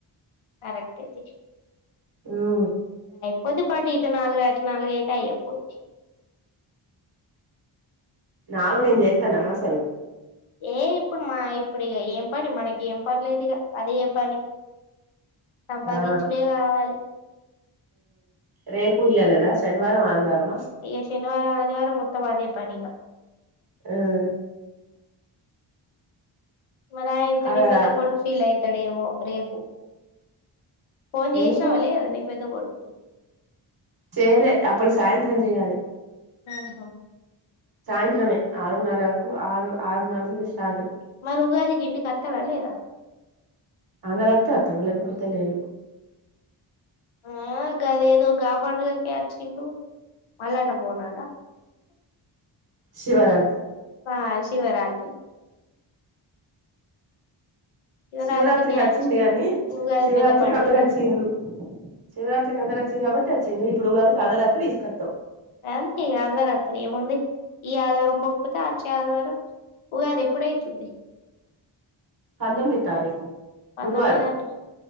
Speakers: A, on the left; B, on the right.
A: కర్కెక్ట్ ఏ
B: ఆమ్
A: కొద్దిపాటి ఇటు నాలుగు అటు నాలుగు అయితే అయ్యపోవచ్చు
B: నాలుగు నేను చేత్తనా అసలు
A: ఏ ఇప్పుడు మా ఇప్పుడుక ఏం పని మనకి ఏం పని లేదుక అది ఏ పని సంపాదించుడే
B: ఆ
A: కావాలి
B: రేపు ఇయ్యలేనా శనివారం ఆదివారం
A: అయ్య శనివారం ఆదివారం మొత్తం అదే పనిక
B: ఉమ్
A: మరి ఇంత
B: అలా
A: నీ పెద్ద కొడుకు ఫీల్ అవుతాడేమో రేపు ఫోన్
B: ఎందుకు
A: చేసినవా లేదా నీ పెద్ద కొడుక్కి
B: చేయలే అప్పుడు సాయంత్రం చెయాలి
A: ఆహా
B: సాయంత్రమే ఆరున్నర ఆరు ఆరున్నర సంచి స్టార్ట్
A: మరి ఉగాదికి ఇంటికి వత్తాడా లేడా
B: అందరు వస్తే వత్తడు లేకపోతే లేదు
A: ఆ గదెదో గా పండుగకె వచ్చిండు మల్లన్న బోనాలా
B: శివరాత్
A: ఆ శివరాత్రి శివరాత్రికే
B: శివరాత్రికి వచ్చింది
A: అచ్చిండు
B: గాని
A: ఉగాది
B: శివరాత్రికి
A: పెద్ద పండుగనేనా
B: అందరు వచ్చిరు శివరాత్రికి అందరు వచ్చిరు కాబట్టి వచ్చిండు ఇప్పుడు ఉగాదికి అందరు వత్తే తీసుకొత్తమ్
A: అంతే ఇగ అందరు వత్తరు ఏముంది ఈ ఆదివారం పోక్పొతే అ వచ్చే ఆదివారం ఉగాది ఎప్పుడైతుంది
B: పందొమ్మిది తారీకు
A: పంతొమ్మిది
B: గురువారం
A: అంటే